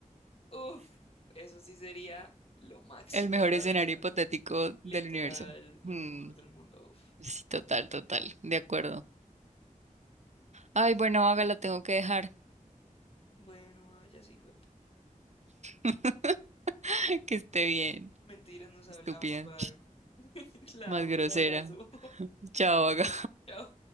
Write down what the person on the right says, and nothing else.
El mejor
escenario
hipotético
del universo.
Mm,
sí, total, total. De acuerdo. Ay, bueno, hágala, tengo que dejar.
<laughs> Que esté bien.
Estúpida.
Más
grosera.
Chao, Vaga.